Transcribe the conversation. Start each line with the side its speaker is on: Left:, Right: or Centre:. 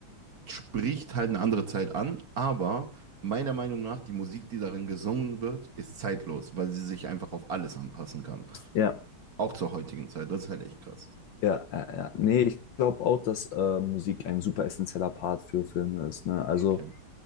Right: spricht halt eine andere Zeit an, aber meiner Meinung nach, die Musik, die darin gesungen wird, ist zeitlos, weil sie sich einfach auf alles anpassen kann.
Left: ja.
Right: Auch zur heutigen Zeit. Das ist halt echt krass.
Left: Ja, ja, ja. Nee, ich glaube auch, dass äh, Musik ein super essentieller Part für Filme ist, ne? Also
Right: Okay.